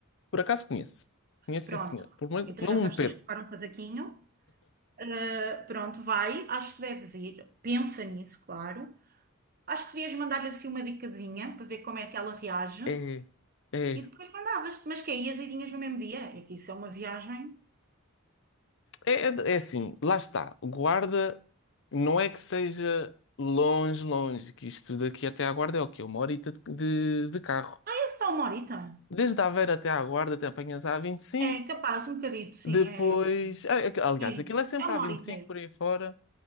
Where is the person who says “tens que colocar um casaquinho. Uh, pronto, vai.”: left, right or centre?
Right